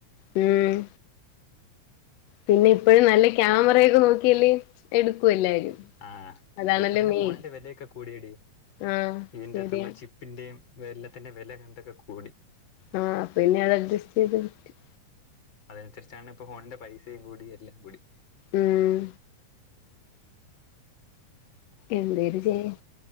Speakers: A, on the left (about 80°); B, on the left (about 35°).
A: ഉം പിന്നെ ഇപ്പഴും നല്ല ക്യാമറയൊക്കെ നോക്കിയല്ലേ എടുക്കു എല്ലാരും.
B: ആഹ്
A: അതാണല്ലോ
B: ഇപ്പൊ തന്നെ
A: മെയിൻ
B: ഫോണിന്റെ വിലയൊക്കെ കൂടിയെടി.
A: ആഹ്
B: ഇതിന്റെ
A: ശരിയാ
B: അത്തുള്ള ചി പ്പിന്റെയും വെ എല്ലത്തിന്റെ വെലങ്ങൻത്തൊക്കെ കൂടി.
A: ആഹ് അപ്പ പിന്നെ അത് അഡ്ജസ്റ്റ് ചെയ്ത്. പറ്റും
B: അതൻസരിച്ചാണ് ഇപ്പ ഫോണിന്റെ പൈസയും കൂടി എല്ലാം കൂടി
A: ഊം
B: <unintelligible>
A: എന്തേര് ചെയ്യാൻ